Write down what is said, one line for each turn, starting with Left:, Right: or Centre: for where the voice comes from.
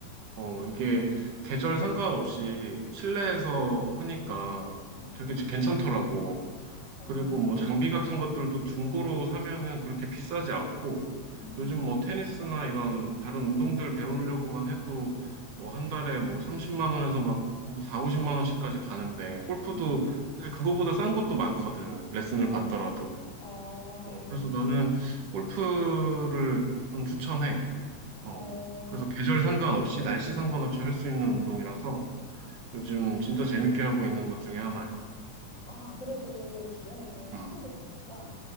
Right: 어, 이게 계절 상관없이 실내에서 하니까
Left: 응,
Right: 되게 괜찮더라고.
Left: 어,
Right: 그리고 뭐 장비 같은 것들도 중고로 사면은 그렇게 비싸지 않고
Left: 응,
Right: 요즘 뭐 테니스나 이런 다른 운동들 배우려고만 해도 뭐 한 달에 뭐 30만 원에서 막뭐 4, 50만 원씩까지 가는데 골프도
Left: 응,
Right: 사실 그거보다 싼 것도 많거든. 레슨을
Left: 아,
Right: 받더라도.
Left: 어,
Right: 어, 그래서 나는 골프를 좀 추천해. 어,
Left: 어,
Right: 그래서 계절 상관없이, 날씨 상관없이 할 수 있는 운동이라서 요즘 진짜 재밌게 하고 있는 것 중에 하나야.
Left: 아, 안 그래도 주변에
Right: 음,
Left: 친구들 보니까